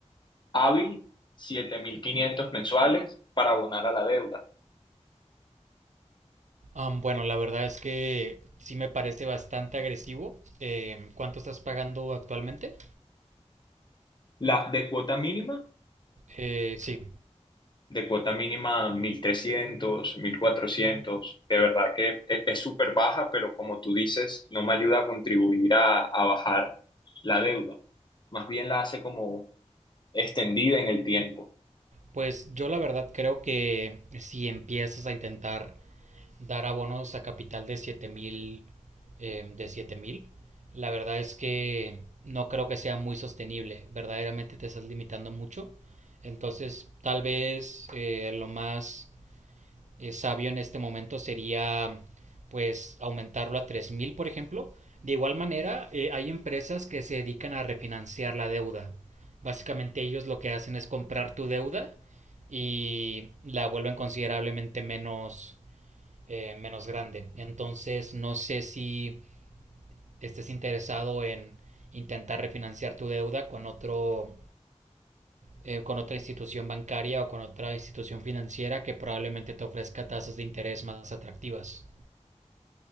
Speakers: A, on the left; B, on the right.
A: hábil 7.500 mensuales para abonar a la deuda.
B: Am, bueno, la verdad es que sí me parece bastante agresivo. Em, ¿cuánto estás pagando actualmente?
A: La de cuota mínima,
B: Eh, sí,
A: de cuota mínima mil trescientos, mil cuatrocientos. de verdad que e- es súper baja, pero como tú dices, no me ayuda a contribuir a, a bajar la deuda. Más bien la hace como extendida en el tiempo.
B: pues yo la verdad creo que si empiezas a intentar dar abonos a capital de 7000, eh, de 7000, la verdad es que no creo que sea muy sostenible. Verdaderamente te estás limitando mucho. Entonces, tal vez eh, lo más eh, sabio en este momento sería pues aumentarlo a 3.000, por ejemplo. De igual manera, eh, hay empresas que se dedican a refinanciar la deuda. Básicamente ellos lo que hacen es comprar tu deuda y la vuelven considerablemente menos, eh, menos grande. Entonces, no sé si estés interesado en intentar refinanciar tu deuda con otro eh, con otra institución bancaria o con otra institución financiera que probablemente te ofrezca tasas de interés más atractivas.